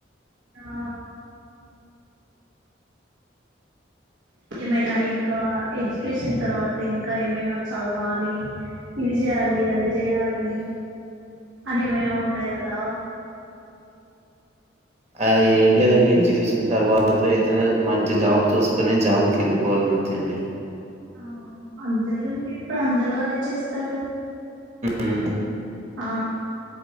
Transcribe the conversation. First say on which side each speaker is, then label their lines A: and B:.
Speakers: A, on the right; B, on the right.
A: ఆ ఏమైనా ఇంకా ఎడ్యుకేషన్ తర్వాత ఇంకా ఏమైనా చదవాలి ఇది చేయాలి లే అది చేయాలి అదివైనా ఉంటాయి కదా
B: అ ఏం లేదండి ఎడ్యుకేషన్ తర్వాత ఎతనా మంచి జాబ్ చూసుకొని జాబ్కి వెళ్ళిపోవాలంతేని
A: ఆ అంతేలెండి ఇప్పుడు అందరు అదే చేస్తారు
B: ఉమ్,
A: ఆ